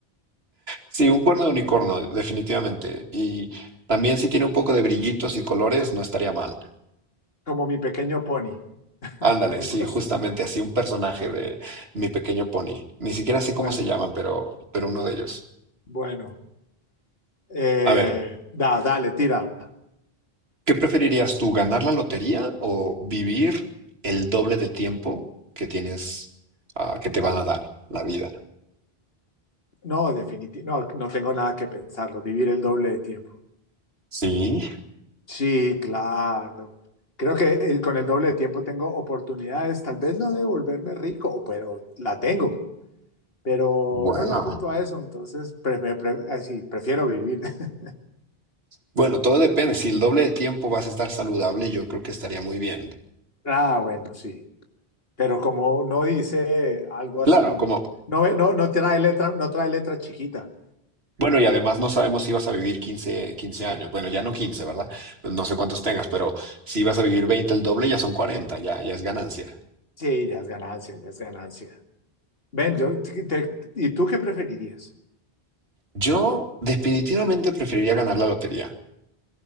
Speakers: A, on the right; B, on the left.
A: Sí, un cuerno de unicornio, definitivamente. Y también si tiene un poco de brillitos y colores, no estaría mal.
B: como mi pequeño pony, <laughs>
A: Ándale,
B: algo
A: sí,
B: así.
A: justamente así un personaje de Mi Pequeño Pony. Ni siquiera sé
B: Bueno,
A: cómo se llaman, pero, pero uno de ellos.
B: bueno. Eh,
A: A ver,
B: da, dale, tira.
A: ¿qué preferirías tú, ganar la lotería o vivir el doble de tiempo que tienes, ah, que te van a dar la vida?
B: No, definitivamente, no, no tengo nada que pensarlo. Vivir el doble de tiempo.
A: Sí,
B: Sí, claro. Creo que eh, con el doble de tiempo tengo oportunidades, tal vez no de volverme rico, o pero la tengo, pero
A: bueno.
B: no le apunto a eso, entonces pre- me pre- así, prefiero vivir. <laughs>
A: Bueno, todo depende. Si el doble de tiempo vas a estar saludable, yo creo que estaría muy bien.
B: Ah, bueno, sí. Pero como no dice algo así,
A: Claro,
B: no,
A: como,
B: no, no, no trae letra, no trae letra chiquita.
A: Bueno, y además no sabemos si vas a vivir quince quince años. Bueno, ya no quince ¿verdad? Pues no sé cuántos tengas, pero si vas a vivir veinte el doble ya son cuarenta ya, ya es ganancia.
B: Sí, ya es ganancia, ya es ganancia. Ven, yo, te- te- ¿y tú qué preferirías?
A: Yo definitivamente preferiría ganar la lotería.